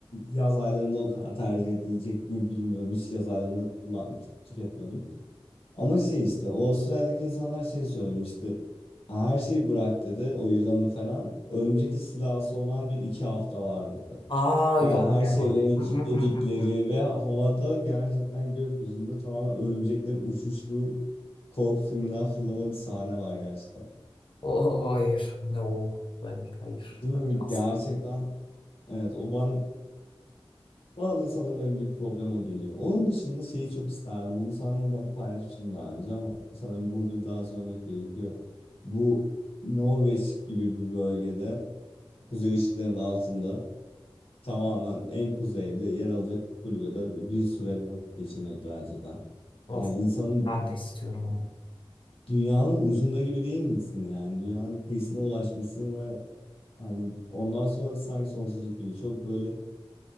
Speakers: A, on the left; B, on the left.
A: Yaz aylarında o kadar tercih edilecek mi bilmiyorum. Hiç yaz aylarında kullan tü- tüketmedim. Ama şey işte o Avustralya'daki insanlar şey söylemişti. Her şeyi bırak dedi o yılanı falan. Örümcek istilası olan bir iki hafta var dedi.
B: Aa
A: Baya
B: yok
A: her
B: never.
A: şeylerini
B: Mm,
A: kilitledikleri
B: mm, mm, mm, mm.
A: ve havada gerçekten gökyüzünde tamamen örümceklerin uçuştuğu korku filminden fırlama bir sahne var gerçekten.
B: Oh, hayır. No. Hayır. Hayır.
A: Değil
B: Hayır,
A: mi?
B: Asla.
A: Gerçekten evet o bana Bana da sanırım en büyük problem o geliyor. Onun dışında şeyi çok isterdim. Bunu sana da paylaşmıştım daha önce ama sanırım burada bir daha söylemek gerekiyor. Bu Norveç gibi bir bölgede kuzey ışıklarının altında tamamen en kuzeyde yer alacak bir kulübede bir süre vakit geçirmek gerçekten.
B: Of.
A: Yani insanın
B: Ben de istiyorum ama
A: dünyanın ucunda gibi değil misin yani? Dünyanın kıyısına ulaşmışsın ve hani ondan sonra sanki sonsuzluk gibi çok böyle